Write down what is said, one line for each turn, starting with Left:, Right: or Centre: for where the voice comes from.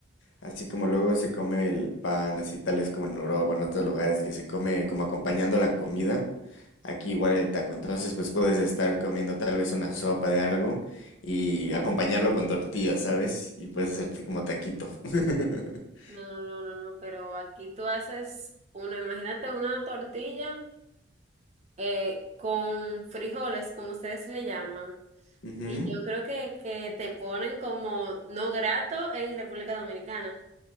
Left: así como luego se come el pan, así tal vez como en Europa, en otros lugares, que se come como acompañando la comida. Aquí igual el taco. Entonces, pues puedes estar comiendo tal vez una sopa de algo y acompañarlo con tortillas, ¿sabes? Y puedes hacerte como taquito. <laughs>
Right: No, no, no, no, no, pero aquí tú haces una, imagínate una tortilla eh, con frijoles, como ustedes le llaman.
Left: Ujú,
Right: Y yo creo que, que te ponen como no grato en República Dominicana.